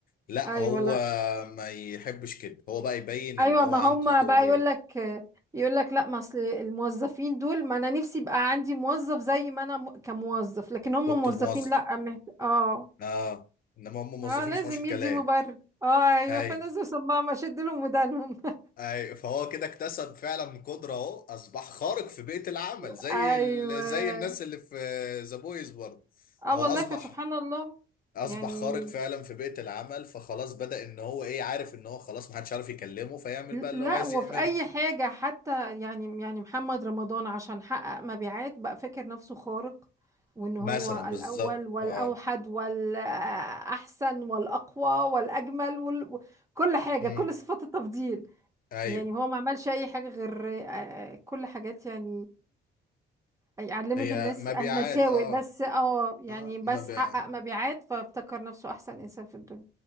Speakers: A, on the left; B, on the right.
A: لا
B: ايوه
A: هو
B: لا
A: ما يحبش كده هو بقى يبين
B: ايوه
A: ان هو
B: ما
A: عنده
B: هم
A: ازدواجية
B: بقى يقول لك يقول لك لا ما اصل الموظفين دول ما انا نفسي يبقى عندي موظف زي ما انا م- كموظف لكن هم
A: كنت
B: موظفين
A: موظف
B: لا مه- اه
A: اه انما هم موظفين
B: اه
A: ما
B: لازم
A: بيسمعوش الكلام
B: يدي مبرر اه ايوه
A: اي
B: فنزلوا سماعة ما شد لهم ودانهم
A: اي فهو كده اكتسب فعلا قدرة اهو اصبح خارق في بيئة العمل
B: <laughs>
A: زي
B: ايوه
A: ال... زي الناس اللي في ذا بويز برضه
B: اه
A: هو
B: والله
A: اصبح
B: فسبحان الله
A: اصبح
B: يعني
A: خارق فعلا في بيئة العمل فخلاص بدأ ان هو ايه عارف ان هو خلاص محدش عارف يكلمه فيعمل بقى اللي
B: لا
A: هو عايز
B: وفي
A: يعمله
B: اي حاجة حتى يعني يعني محمد رمضان عشان حقق مبيعات بقى فاكر نفسه خارق وان هو
A: مثلا
B: الاول
A: بالظبط
B: والاوحد
A: اه
B: والاحسن والاقوى والاجمل وال... كل حاجة
A: امم
B: كل صفات التفضيل
A: ايوه
B: يعني هو ما عملش اي حاجة غير آه، كل حاجات يعني أي- علمت
A: هي
B: الناس
A: مبيعات
B: المساوئ
A: اه
B: بس اه يعني
A: اه
B: بس
A: مبيعات
B: حقق مبيعات فافتكر نفسه احسن انسان في الدنيا